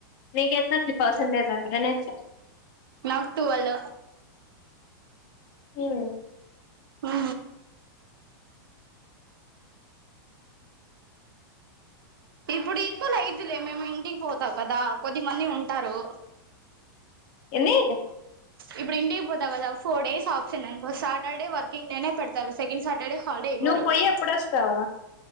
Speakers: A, on the left; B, on the right.
A: నీకు ఎంత ఉంది పర్సంటేజ్ అటెండెన్స్
B: నాకు టువ్వల్
A: హు
B: హు ఇప్పుడు ఈక్వల్ అయితు మేము ఇంటికి పోతా కదా కొద్ది మంది ఉంటారు
A: ఎన్ని
B: ఇప్పుడు ఇంటికి పోతా కదా ఫోర్ డేస్ ఆప్షన్ ఓ సారీ సాటర్డే వర్కింగ్ డేనే పెడతారు సెకండ్ సాటర్డే హాలిడే ఇవ్వరు
A: నువ్వు పోయి ఎప్పుడొస్తావు